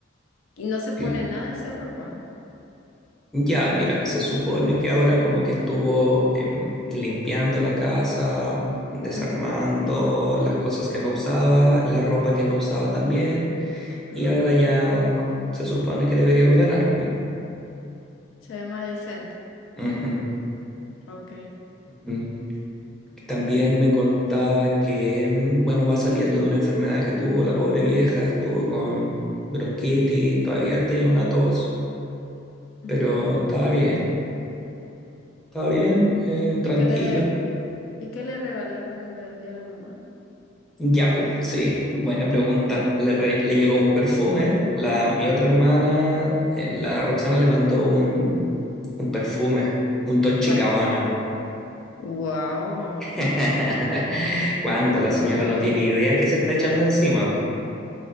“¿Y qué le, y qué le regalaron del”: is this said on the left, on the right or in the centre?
Left